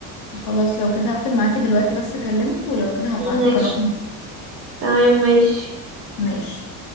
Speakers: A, on the left; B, on the right.
A: خلاص لو كده هقفل معاكي دلوقتي بس اكلمه ولو كده هبعتلك
B: ماشي
A: الرقم
B: تمام ماشي
A: ماشي